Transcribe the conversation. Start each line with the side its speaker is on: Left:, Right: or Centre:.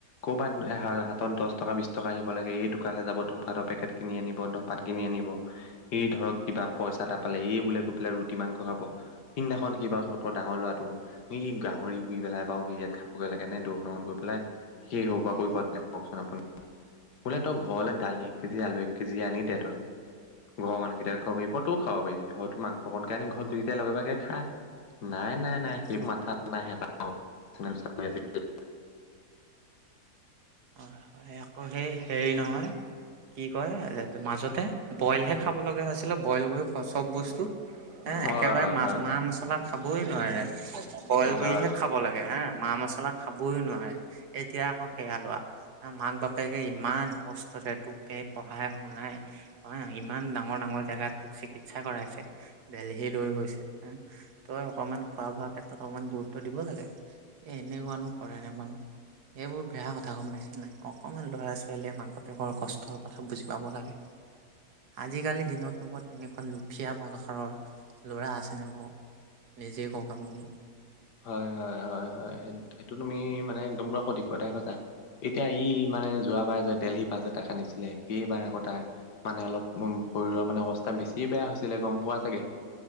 Left: ক'ৰবাত এহাৰ দশ টকা বিছ টকা আহিব লাগে এই দোকানলৈ যাব ধপাতৰ পেকেট কিনি আনিব ধপাত কিনি আনিব এই ধৰক কিবা পইচা এটা পালে এই বোলে গৈ পেলাই ৰুটি মাংস খাব সিদিনাখন কিবা <unintelligible> ডাঙৰ লৰাটো সি গাহৰি পুৰি পেলাই বাৰু হেৰিয়াত খাবগৈ লাগে নে দোৰপাঙত গৈ পেলাই সেই সৰু পৰা কৰিব <unintelligible> কওকচোন আপুনি বোলে তই ঘৰলৈ দালি এক কেজি আলু এক কেজি আনি দে তই ঘৰৰ মানুহকেইটা খাব পাৰিব তইও খাব পাৰিবি হয়তো মাংস অকণকে আনি ঘৰত দুইটায়ে লগে ভাগী খা নাই - নাই - নাই,
Right: হয়
Left: সেইবোৰ মাথাত নাহে তাৰ ভাগৰ <unintelligible>
Right: হয় হয়, আকৌ সেই হেৰি নহয়। কি কয় মাজতে বইলহে খাব লগগা হৈছিলে, বইল কৰি চব বস্তু। এ'
Left: হয়
Right: একেবাৰে
Left: হয়
Right: মাছ
Left: হয়
Right: মা মছলা খাবই নোৱাৰে বইল কৰিহে।
Left: হয়।
Right: খাব লাগে হা, মা মছলা খাবই নোৱাৰে এতিয়া আকৌ সেয়া লোৱা। মাক বাপেকে ইমান কষ্টৰে তোকে পঢ়াই - শুনাই। হয় ইমান ডাঙৰ- ডাঙৰ জোগাত তোক চিকিৎসা কৰাইছে দেলহি লৈ গৈছে হা। তই অকনমান খোৱা- বোৱাৰ ক্ষেত্ৰত অকমান গুৰুত্ব দিব লাগে। এই এনেকুৱানো কৰে নে বাৰু এইবোৰ বেয়া। গম পাইছ নাই অকমান ল'ৰা ছোৱালীয়ে মাক বাপেকৰ কষ্টৰ কথা বুজি পাব লাগে। আজিকালি দিনতো বা তেনেকুৱা লুফীয়া প্ৰকাৰৰ ল'ৰা আছেনে বাৰু। নিজেই কওঁক আপুনি।
Left: হয় হয়, হয় হয় স সেইটো তুমি মানে একদম পুৰা সঠিক কথাই কৈছা। এতিয়া ই মানে যোৱাবাৰ যে দেলহি পাছ এটাক আনিছিলে সেইবাৰ আকৌ তাৰ। মানে অলপ শৰীৰৰ মানে অৱস্থা বেছিয়ে বেয়া হৈছিলে গম পোৱা চাগে।